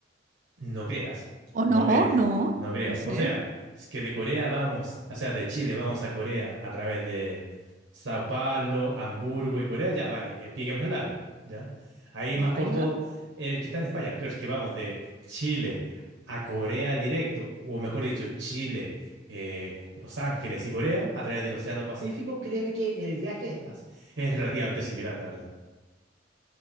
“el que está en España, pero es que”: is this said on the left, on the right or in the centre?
Right